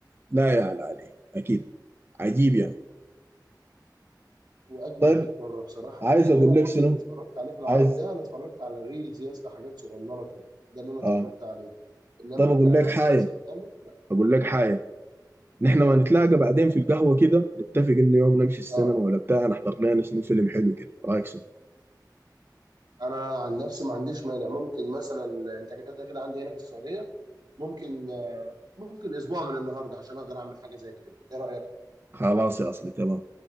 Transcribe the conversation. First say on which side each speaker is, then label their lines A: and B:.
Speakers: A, on the right; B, on the right.
A: لا يعلى عليه اكيد عجيب يعني
B: واجمد
A: طيب
B: 100 مره بصراحه
A: عايز
B: لان
A: اقول
B: انا
A: لك
B: كل
A: شنو
B: اللي اتفرجت عليه في العربي
A: عايز
B: ده انا اتفرجت على الريلز يا اسطى حاجات صغننه كده ده اللي انا اتفرجت
A: اه
B: عليه انما
A: طب اقول
B: كمسلسل
A: لك حاجه
B: كامل لا
A: اقول لك حاجه
B: اه
A: نحن
B: اه
A: ما نتلاقى بعدين في القهوه كده نتفق انه يوم نمشي السينما
B: اه
A: ولا بتاع نحضر لنا شنو فيلم حلو كده رايك شنو
B: انا عن نفسي ما عنديش مانع ممكن مثلا انت كده كده عندي هنا في السعوديه ممكن آه ممكن اسبوع من النهارده عشان اقدر اعمل حاجه زي كده ايه رايك
A: خلاص يا اصلي تمام